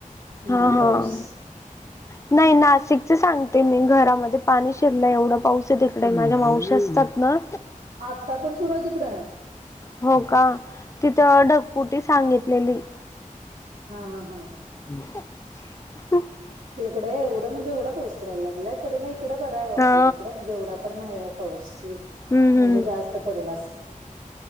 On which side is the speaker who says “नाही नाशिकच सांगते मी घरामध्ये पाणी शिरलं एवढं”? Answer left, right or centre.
Left